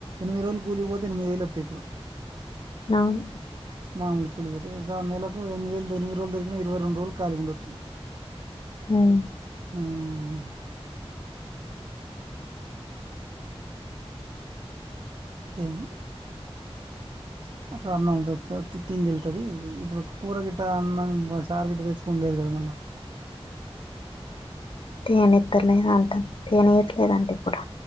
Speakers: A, on the right; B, on the left.
A: ఎనిమిది రోజులు కూలిపోతే, ఎనిమిది వేలు వత్తయి ఇప్పుడు.
B: అవును.
A: మాములు కూలిపోతే, ఎంత నెలకు ఎనిది వేలు, తొమ్మిది రోజులు దొరికిన, ఇరవై రెండు రోజులు ఖాళీగా ఉండొచ్చు
B: హుమ్మ్.
A: ఉమ్మ్. ఏం అక్కడ అన్నం దొరుకుతాది తిండి ఎళ్తది. ఇప్పుడు కూర గిట్ట అన్నం, చారు గిట్ట తెచ్చుకునుడు లేదు కదా మళ్ళా.
B: తీయనిత్తలేదంట, తీయనియట్లేదంట ఇప్పుడు.